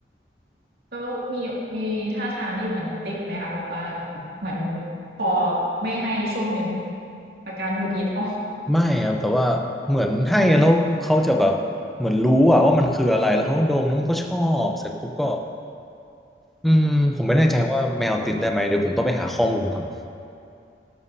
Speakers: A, on the right; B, in the centre.
A: <laughs> ก็มีมีท่าทางที่เหมือนติดไหมคะแบบว่าเหมือนพอไม่ให้ช่วงหนึ่งอาการหงุดหงิดออก
B: ไม่ครับแต่ว่าเหมือนให้แล้วเขาจะแบบเหมือนรู้อะว่ามันคืออะไรแล้วเขาก็ดมแล้วมันก็ชอบเสร็จปุ๊บก็อืมผมไม่แน่ใจว่าแมวติดได้ไหมเดี๋ยวผมต้องไปหาข้อมูลก่อน